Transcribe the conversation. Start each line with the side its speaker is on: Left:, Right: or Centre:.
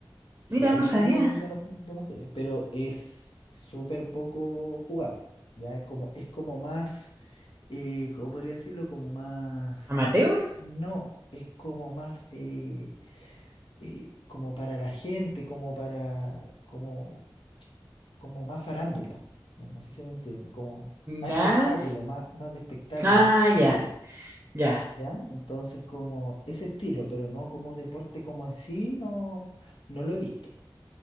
Left: Sí
Right: Mira,
Left: hay
Right: no sabía.
Left: fútbol americano fu- de mujeres, pero es súper poco jugado. Ya es como, es como más, eh, ¿cómo podría decirlo? Como más,
Right: ¿Amateur?
Left: no, es como más, eh, eh, como para la gente, como para, como, como más farándula. No, no sé si me entiende, como más
Right: Ya.
Left: espectáculo, más, más de espectáculo,
Right: Ah,
Left: más de
Right: ya,
Left: show.
Right: ya,
Left: ¿Ya? Entonces, como ese estilo, pero no como deporte como en sí, no, no lo he visto.